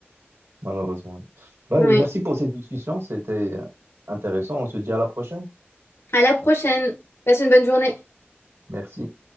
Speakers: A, on the right; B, on the left.
A: malheureusement. Bah,
B: Oui.
A: merci pour cette discussion, c'était euh, intéressant. On se dit à la prochaine.
B: À la prochaine. Passe une bonne journée.
A: Merci.